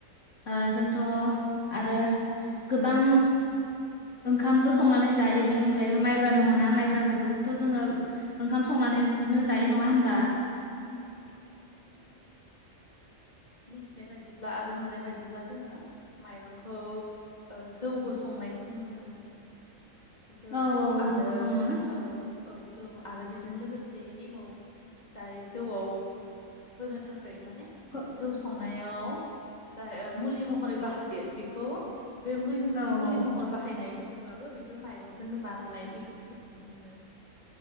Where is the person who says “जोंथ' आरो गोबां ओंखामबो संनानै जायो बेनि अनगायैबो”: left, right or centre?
Left